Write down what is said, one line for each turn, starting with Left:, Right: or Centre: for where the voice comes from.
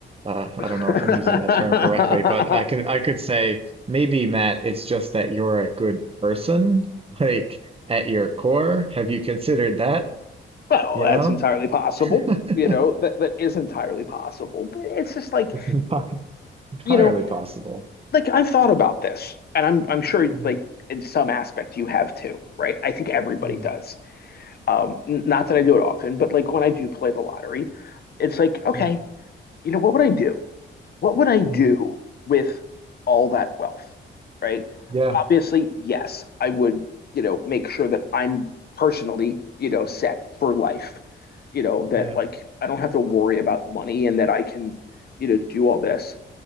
Right: Uh,
Left: <laughs>
Right: I don't know if I'm using that term
Left: well,
Right: correctly, but I could I could say maybe Matt, it's just that you're a good person, <laughs> like at your core. Have you considered that?
Left: that's
Right: You know?
Left: entirely possible.
Right: <laughs>
Left: You know, that that is entirely possible. But it's just like,
Right: It's an Entirely
Left: you know,
Right: possible.
Left: like I've thought about this, and I'm I'm sure
Right: Mm,
Left: like in some aspect you have too, right? I think everybody
Right: mm,
Left: does. Um, not that I do it often, but like when I do play the lottery, it's like, okay,
Right: mm,
Left: you know, what would I do? What would I do
Right: mm.
Left: with all that wealth, right?
Right: Yeah,
Left: Obviously, yes, I would, you know, make sure that I'm personally, you know, set for life, you know, that
Right: yeah,
Left: like I don't have to worry about money and that I can, you know, do all this.